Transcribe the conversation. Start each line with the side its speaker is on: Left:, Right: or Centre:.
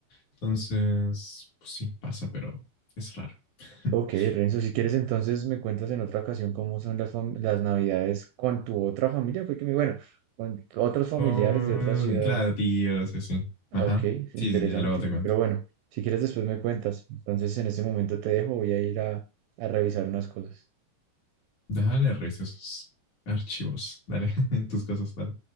Left: Entonces, pues sí, pasa, pero es raro. <laughs>
Right: Ok, Renzo, si quieres entonces me cuentas en otra ocasión cómo son las, fam- las navidades con tu otra familia, fue que me, bueno, con otros familiares
Left: Con,
Right: de otras ciudades.
Left: claro, tíos, sí, sí.
Right: Ok,
Left: Ajá.
Right: interesante,
Left: Sí, sí, sí, ya luego te cuento.
Right: pero bueno, si quieres después me cuentas. Entonces en este momento te dejo, voy a ir a, a revisar unas cosas.
Left: Dale, revisa esos archivos. Dale, <laughs> tus cosas, dale.